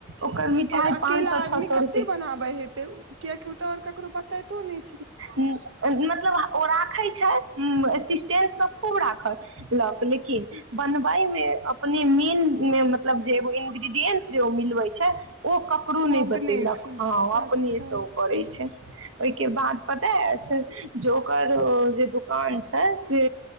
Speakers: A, on the right (about 80°); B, on the right (about 65°).
A: ओकर
B: <unintelligible>
A: मिठाइ
B: और अकेला
A: पाँच सए
B: आदमी
A: छओ सए
B: कते
A: रुपए
B: बनाबे हेते किएकि ओ तँ और ककरो पर। <unintelligible>
A: मतलब ओ राखै छै। <unintelligible> असिस्टेंट सब खूब राखत लक लेकिन बनबयमें अपने मेन में मतलब जे एगो इन्ग्रीडिएंट जे मिलबै छै। <unintelligible> ओ ककरो
B: ओ
A: नै
B: अपनेसँ
A: बतेलक हाँ ओ अपने
B: अच्छा
A: से ओ करे छै। <unintelligible> ओइके बाद। <unintelligible> पता यऽ अक्षत ज ओकर ओ जे दुकान छै से